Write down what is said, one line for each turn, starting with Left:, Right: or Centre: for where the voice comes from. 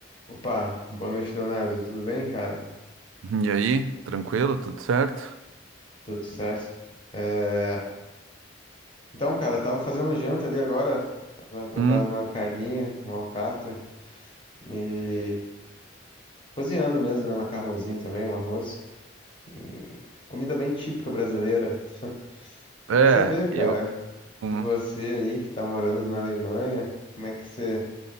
Left: Opa, boa noite, Leonardo. Tudo bem, cara?
Right: E aí, tranquilo? Tudo certo?
Left: Tudo certo. É, Então, cara, eu tava fazendo janta ali agora. Tava preparando
Right: Hum,
Left: uma carninha, uma alcatra e cozinhando mesmo, né? Macarrãozinho também, um arroz. E Comida bem típica brasileira. <laughs> Queria
Right: é,
Left: saber, cara,
Right: eu. hum,
Left: de você aí que tá morando na Alemanha, como é que você